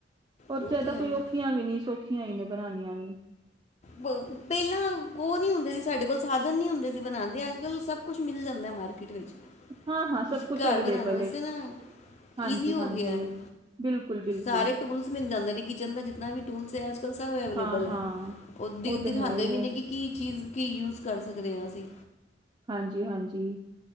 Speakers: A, on the right (about 25°); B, on the left (about 40°).
A: ਰ
B: ਉਹ
A: ਜਿਆਦਾ
B: ਤੇ ਹੈ
A: ਕੋਈ ਔਖੀਆਂ ਵੀ ਨੀ ਸੌਖੀਆਂ ਹੀ ਨੇ ਬਣਾਨੀਆਂ ਨੀ
B: ਪਹਿਲਾਂ ਉਹ ਨੀ ਹੁੰਦੇ ਸੀ ਸਾਡੇ ਕੋਲ ਸਾਧਨ ਨਹੀਂ ਹੁੰਦੇ ਸੀ ਬਣਾਉਂਦੇ ਅੱਜ ਕੱਲ੍ਹ ਸਭ ਕੁਛ ਮਿਲ ਜਾਂਦਾ ਮਾਰਕੀਟ ਵਿੱਚ
A: ਹਾਂ ਹਾਂ
B: ਤੁਸੀਂ
A: ਸਭ ਕੁਛ
B: ਘਰ
A: ਅਵੇਲੇਬਲ
B: ਬਣਾਉਣ ਵਾਸਤੇ
A: ਹੈ
B: ਨਾ
A: ਹਾਂਜੀ
B: ਈਜ਼ੀ ਹੋ
A: ਹਾਂਜੀ
B: ਗਿਆ ਹੈ,
A: ਬਿਲਕੁਲ ਬਿਲਕੁਲ
B: ਸਾਰੇ ਟੂਲਸ ਮਿਲ ਜਾਂਦੇ ਨੇ ਕਿਚਨ ਦਾ ਜਿਨਾ ਵੀ ਟੂਲਸ ਹੈ ਅੱਜ ਕੱਲ੍ਹ ਸਭ ਅਵੇਲੇਬਲ
A: ਹਾਂ ਹਾਂ
B: ਹੈ ਉਹ ਦਿ
A: ਤੇ
B: ਦਿਖਾਉਂਦੇ
A: ਹੈ ਹੀ
B: ਵੀ
A: ਹੈ
B: ਨੇ ਕਿ ਕੀ ਚੀਜ਼ ਕੀ ਯੂਜ ਕਰ ਸਕਦੇ ਹਾਂ ਅਸੀਂ
A: ਹਾਂਜੀ ਹਾਂਜੀ